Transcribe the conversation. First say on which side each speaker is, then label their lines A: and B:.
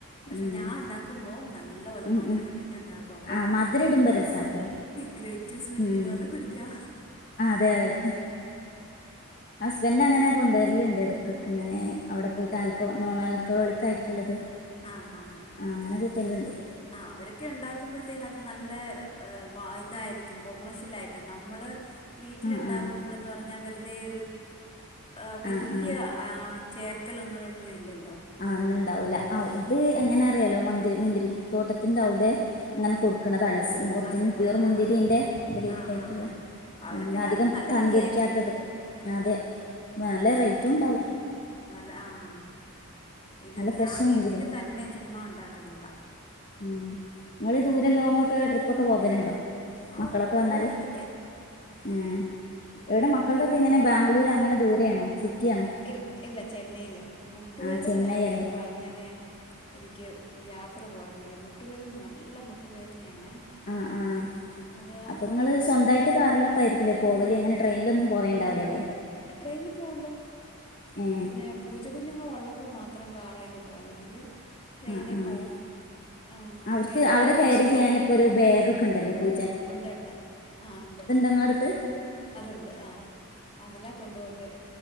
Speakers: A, on the left; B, on the left.
A: പക്ഷെ
B: ഉം
A: ഞാൻ ഇണ്ടാക്കുമ്പോം നല്ലപോലെ
B: ഉം
A: മധുരം
B: ഉം
A: ഇട്ടിട്ട് ഇണ്ടാക്കും അപ്പം
B: ആഹ് മധുരം ഇടുമ്പോ രസാട്ടോ
A: ഗ്രേപ്ജ്യൂസ് കുടിക്ക്ന്ന
B: ഉം
A: പോലെ കുടിക്കാ
B: ആഹ് അതെ അതെ ഹസ്ബെൻഡ് അങ്ങനെ കൊണ്ടുവെര്ല്ണ്ട് എട്ക്കൊക്കെ ഇങ്ങനെ അവടെ പോയിട്ട് ആൽക്കാെ നോൺ ആൽക്കഓളിക്കായിറ്റ് ഇള്ളത്
A: ആഹ് ഹാ ഹാ
B: ആഹ് അങ്ങനെ കിട്ടല്ണ്ട്
A: ആഹ് അവരൊക്കെ യുണ്ടാക്കുമ്പഴ്ത്തേനകത്ത് നല്ലേ വാ ഇതായിരിക്കും കൊമോഷ്യലായിട്ട് നമ്മള് വീട്ടില്
B: ആഹ്
A: ഇണ്ടാക്കുമ്പളെന്ന്
B: ആഹ്
A: പറഞ്ഞാ വെറ്തേ ഒര് ഏഹ് വെല്യ
B: ആഹ് ആഹ്
A: ആ ചേർക്കലൊന്നും ഇതില് ഇല്ലല്ലോ
B: ആഹ് അന്ന് ഇണ്ടാവൂല ആഹ് ഇത് എങ്ങനെ അറിയാലോ മന്തിരി മുന്തിരിത്തോട്ടത്തിന്റെ അവ്ടെ ഇങ്ങനെ കൊടുക്ക്ണതാണ് ഒറിജിനൽ
A: അവര് കൊടു
B: പ്യൂർ മുന്തിരിൻ്റെ
A: ആഹ്
B: ഗ്രേയിപ്പായ്ട്ട്ള്ള
A: ആഹ് ഹാ ഹാ അപ്പം അവരൊക്കെ
B: അങ്ങനെ
A: ഉണ്ടാക്കുമ്പോൾ
B: അധികം
A: നല്ല
B: തങ്കരിക്കാത്തത്
A: രുചിയായിരിക്കും
B: ആതെ നല്ല
A: ആഹ്
B: റേറ്റും ഇണ്ടാവും
A: നല്ല ആഹ് ഇത്
B: നല്ല ഫ്രഷ്
A: ഞാ വീട്ട്ൽ
B: മുന്തിരിയാ
A: തന്നെ ചുമ്മാ ഉണ്ടാക്ക്ന്നതാ
B: ഉം ഇങ്ങൾ ദൂരം ലോങ്ങൊക്കെ ട്രിപ്പ് ഒക്കെ പോവ്വല്ണ്ടോ
A: ഓ
B: മക്കളൊക്ക
A: പോവും
B: വന്നാല്
A: ഇടയ്ക്ക്
B: ഏഹ്
A: ഇപ്പം
B: എവിടെ
A: പിന്നെ
B: മകൾതൊക്കെ
A: മുട്ടു
B: എങ്ങനെ ബാംഗ്ലൂര് അങ്ങന ദൂരെണോ സിറ്റിയാണോ
A: ഇല് ഇല്ല ചെന്നൈയിൽ മുട്ടുവേദന
B: ആഹ് ചെന്നൈ
A: കാരണം
B: അല്ലേ
A: ഇപ്പ അങ്ങനെ എനിക്ക് യാത്ര പോവാൻ മടിയാ മുട്ടുവേദന നല്ല മുട്ടുവേദനയാണേ
B: ആഹ് ആഹ്
A: അത് കാരണം
B: അപ്പൊ ഇങ്ങള് സ്വന്താ കാറിലൊക്കെ ആരിക്കും ലേ പോവല് അങ്ങനെ ട്രെയ്ൻലൊന്നും പോവേണ്ടാവില്ലല്ലേ
A: ട്രെയിനിൽ പൂവല്ലോ
B: ഏഹ്
A: പിന്നെ പൂച്ച കുഞ്ഞുങ്ങൾ ഒള്ളപ്പോ മാത്രം കാറേൽ പോവും അല്ലെങ്കിൽ ട്രെയിനി
B: ആഹ് ആഹ്
A: പോവും ആഹ്
B: അവർക്ക്
A: ട്രെയിനേ
B: അവരെ
A: പോവുന്നാസുഖം
B: ക്യാരി ചെയ്യാൻ ഇപ്പൊ ഒരു ബാഗ് ഒക്കെണ്ടല്ലോ പൂ
A: ഉണ്ട് ഉണ്ട് ആഹ് ഉണ്ട്
B: നിങ്ങളടുത്ത്
A: അതുണ്ട് ആഹ് അതിലാ കൊണ്ട് പോക്ക്